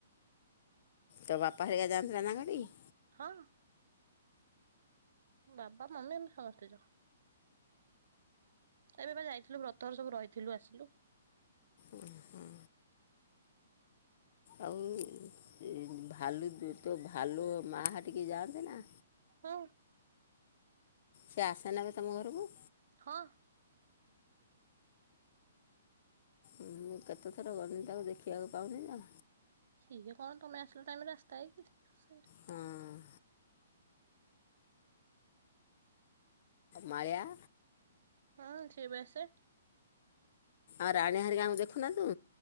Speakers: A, on the left; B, on the right.
A: ତ ବାପା ହେରିକା ଯାଆନ୍ତି ନା ତାଙ୍କ ହଟିକି?
B: ହଁ। ବାପା ମମି ଆମେ ସମସ୍ତେ ଯାଉ। ଏବେ ଯାଇଥିଲୁ ବ୍ରତଘର ସବୁ ରହିଥିଲୁ ଆସିଲୁ।
A: ଉଁ ହୁଁ। ଆଉ ଇ ଭାଲୁ ଦୁ ତୋ ଭାଲୁ ମା ହଟିକି ଯାଆନ୍ତି ନା?
B: ହଁ।
A: ସେ ଆସେନାବେ ତମ ଘରକୁ?
B: ହଁ।
A: ମୁଁ କେତେ ଥର ଗନି ତାକୁ ଦେଖିବାକୁ ପାଉନିନା।
B: ସିଏଜି କଣ ତମେ ଆସିଲ ଟାଇମ ଆସ୍ତାଏ କି ସେ।
A: ହଁ ମାଳିଆ।
B: ହଁ ସିଏବି ଆସେ।
A: ଆଉ ରାଣୀ ହାରିକାଙ୍କୁ ଦେଖୁନା ତୁ?